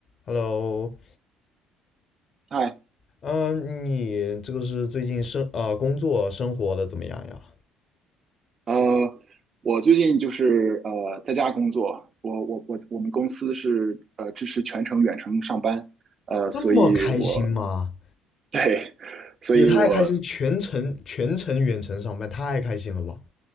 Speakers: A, on the left (about 35°); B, on the right (about 30°).
A: Hello，
B: 嗨，
A: 嗯，你这个是最近生啊呃工作生活的怎么样呀？
B: 呃，我最近就是呃在家工作，我我我我们公司是呃支持全程远程上班，呃，
A: 这么开心吗？
B: 所以我 <laughs> 对，所以我
A: 也太开心，全程全程远程上班，太开心了吧？